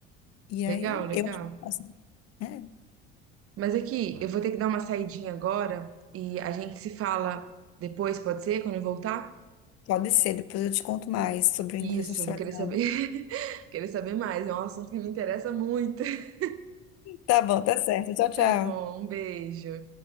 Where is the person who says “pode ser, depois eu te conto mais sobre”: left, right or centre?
Left